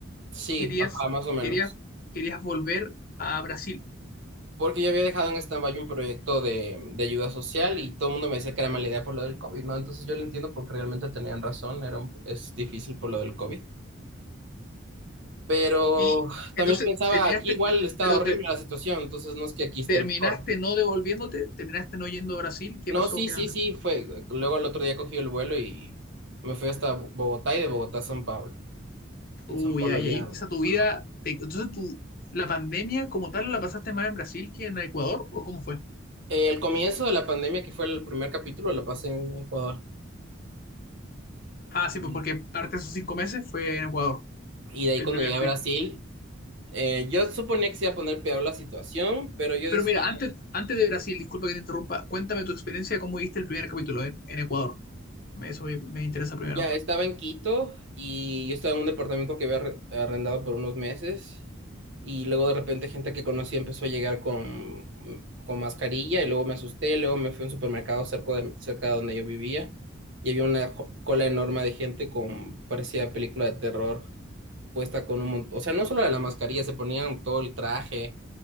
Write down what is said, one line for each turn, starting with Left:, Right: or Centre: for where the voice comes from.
Right: Sí,
Left: Querías,
Right: ajá, más o menos.
Left: querías, querías volver a Brasil.
Right: Porque yo había dejado en stand-by un proyecto de, de ayuda social y todo el mundo me decía que era mala idea por lo del COVID, ¿no? Entonces yo lo entiendo porque realmente tenían razón, era un- es difícil por lo del COVID. Pero
Left: Y entonces
Right: también pensaba,
Left: terminaste,
Right: aquí igual
Left: te-
Right: está
Left: pero
Right: horrible
Left: te,
Right: la situación, entonces no es que aquí esté
Left: terminaste
Right: mejor.
Left: no devolviéndote, terminaste no yendo a Brasil. ¿Qué
Right: No,
Left: pasó
Right: sí,
Left: finalmente?
Right: sí, sí, fue. Luego al otro día cogí el vuelo y me fui hasta Bo- Bogotá y de Bogotá a San Pablo. Y
Left: Uy,
Right: en San Pablo
Left: ahí
Right: ya.
Left: ahí empieza tu vida.
Right: Ajá.
Left: Te- Entonces, tú, ¿la pandemia como tal la pasaste más en Brasil que en Ecuador? ¿O cómo fue?
Right: El comienzo de la pandemia, que fue el primer capítulo, lo pasé en Ecuador.
Left: Ah,
Right: Y,
Left: sí, pues porque parte de esos cinco meses fue en Ecuador,
Right: y de ahí
Left: el
Right: cuando
Left: primer...
Right: llegué
Left: Sí.
Right: a Brasil,
Left: pe-
Right: eh, yo suponía que se iba a poner peor la situación, pero yo
Left: Pero
Right: decía,
Left: mira, antes, antes de Brasil, disculpa que te interrumpa, cuéntame tu experiencia, cómo viste el primer capítulo en, en Ecuador. Me- Eso me, me interesa primero.
Right: ya estaba en Quito y yo estaba en un departamento que había arre- arrendado por unos meses. Y luego de repente gente que conocí empezó a llegar con, con mascarilla y luego me asusté, luego me fui a un supermercado cerca de, cerca de donde yo vivía y había una jo- cola enorme de gente con, parecía película de terror, puesta con un montón, o sea, no solo era la mascarilla, se ponían todo el traje,